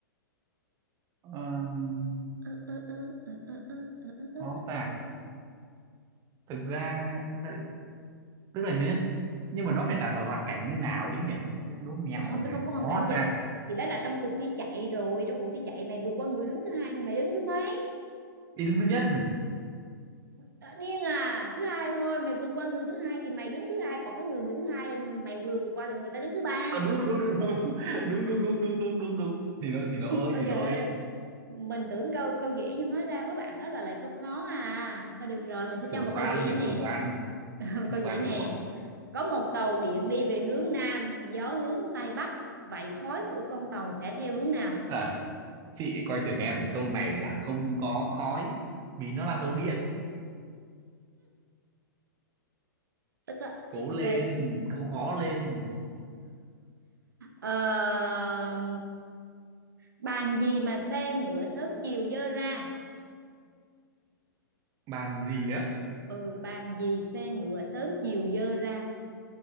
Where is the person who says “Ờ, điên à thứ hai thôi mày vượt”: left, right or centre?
Right